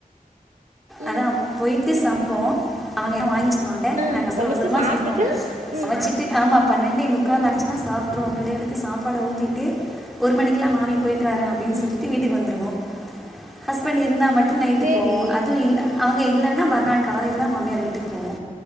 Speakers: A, on the right; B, in the centre.
A: ம்
B: அதா போயிட்டு சம்ப்போ அவங்க எல்லா வாங்கிச்சு வாண்ட
A: ம்
B: நாங்க அவசர
A: சமைச்சு
B: அவசரமா
A: சாப்ட்டுட்டு
B: சமப்போ
A: ம்
B: சமைச்சிட்டு ஆம்மா பன்னெண்டை முக்கால்
A: ம்
B: அடிச்சுன்னா சாப்பிட அப்ரொ பிள்ளைகளுக்கு சாப்பாடு ஊத்திட்டு ஒரு மணிக்ல்லா மாவி பொயிட்டுவர அப்டின்னு
A: ம்
B: சொல்லிட்டு வீட்டுக்கு வந்துருவோ ஹஸ்பண் இருந்தா மட்டு நைட்டு
A: சரி.
B: போவோ அது இல்ல அவுங்க இல்லன்னா மறுநாள் காலைலதா மாமியார் வீட்டுக்கு போவோ